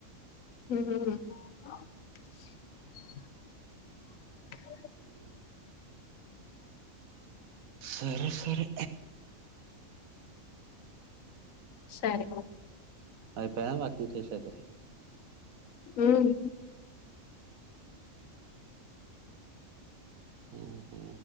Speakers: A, on the left; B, on the right.
A: ఊమ్
B: ఆ సరె సరే
A: సరె పొ
B: అయిపోనా వా కుతస్తదే <unintelligible>
A: ఉమ్
B: ఉహు